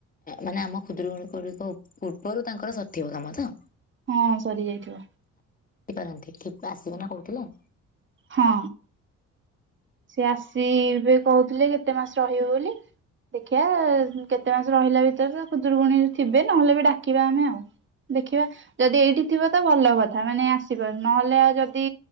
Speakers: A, on the left; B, on the right.
A: ମାନେ ଆମ ଖୁଡୁରୁ କୁଣୀ ଗୁଡିକ ପୂର୍ବରୁ ତାଙ୍କର ସରତି ବ କାମ ତ?
B: ହଁ ସରି ଯାଇଥିବ।
A: ପାରନ୍ତି କେବେ ଆସିବେ ନା କହୁଥିଲେ?
B: ହଁ। ସେ ଆସିବେ କହୁଥିଲେ କେତେ ମାସ ରହିବ ବୋଲି। ଦେଖିବା କେତେ ମାସ ରହିଲା ଭିତରେ ଖୁଦୂରକୁୁଣୀ ଥିବେ ନହେଲେ ବି ଡାକିବା ଆମେ ଆଉ। ଦେଖିବା ଯଦି ଏଇଠି ଥିବ ତ ଭଲ କଥା ମାନେ ଆସିବ ନହେଲେ ଆଉ ଯଦି